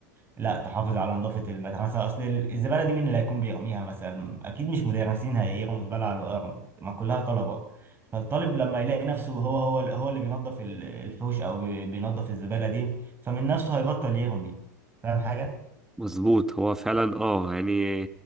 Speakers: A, on the right; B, in the centre.
A: لا تحافظ على نظافه المدرسه اصل الزباله دي مين اللي هيكون بيرميها مثلا اكيد مش مدرسين هيرموا زباله على الارض ما كلها طلبه فالطالب لما يلاقي نفسه هو هو هو اللي بينظف ال- الحوش او بي- بينظف الزبالة دي فمن نفسه هيبطل يرمي فاهم حاجة؟
B: مظبوط هو فعلا اه يعني